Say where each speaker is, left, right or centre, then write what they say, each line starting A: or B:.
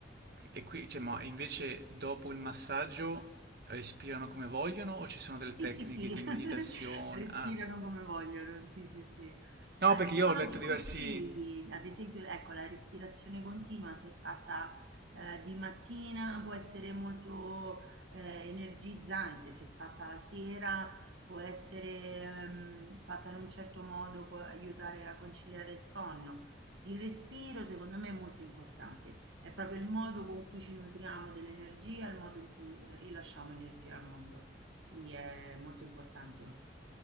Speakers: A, on the right (about 55°); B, on the right (about 85°).
A: E qui, cioè, ma invece dopo il massaggio respirano come vogliono o ci sono delle
B: Sì,
A: tecniche
B: sì, sì,
A: di
B: <laughs>
A: meditazione?
B: respirano
A: Ah,
B: come vogliono, sì, sì, sì.
A: no,
B: Ah,
A: perché
B: ci
A: io
B: sono
A: ho letto
B: dei
A: diversi...
B: consigli, ad esempio, ecco, la respirazione continua, se fatta eh, di mattina, può essere molto eh, energizzante, se fatta la sera, può essere ehm, fatta in un certo modo, può aiutare a conciliare il sonno. Il respiro, secondo me, è molto importante, è proprio il modo con cui ci nutriamo dell'energia, il modo in cui rilasciamo energia al mondo. Quindi è molto importante.